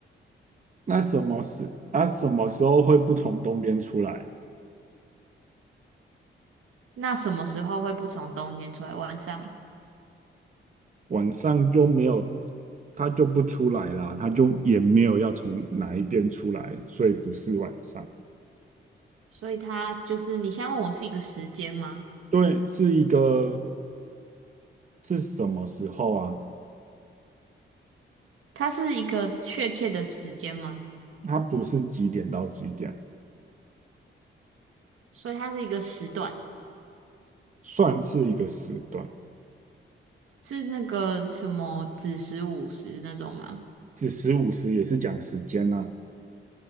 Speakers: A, on the right; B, on the right.
A: 那什么时啊什么时候会不从东边出来？
B: 那什么时候会不从东边出来？晚上？
A: 晚上就没有，它就不出来啦，它就也没有要从哪一边出来，所以不是晚上。
B: 所以它就是你现在问我是一个时间吗？
A: 对，是一个是什么时候啊？
B: 它是一个确切的时间吗？
A: 它不是几点到几点，
B: 所以它是一个时段，
A: 算是一个时段，
B: 是那个什么子时、午时那种吗？
A: 子时午时也是讲时间呢、